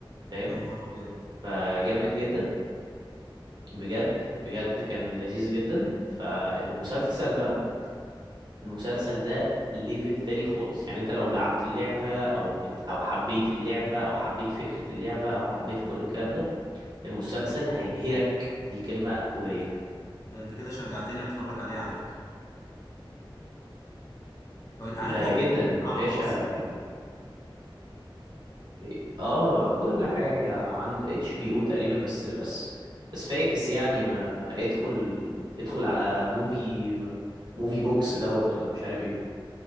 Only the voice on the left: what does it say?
يا نهار أبيض
مم.
ده أنت كده شجعتني أتفرج عليه على فكرة لو أنت عارف
هو
بيبقى موجود على
منصة إيه؟